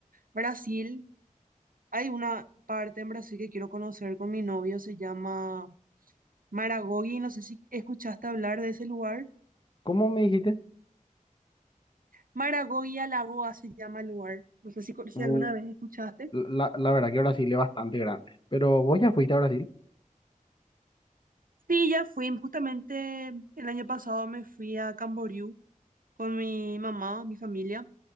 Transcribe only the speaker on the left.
¿Cómo me dijiste?
Uh,
la, la verdad que Brasil es bastante grande. Pero vos ya fuiste a Brasil.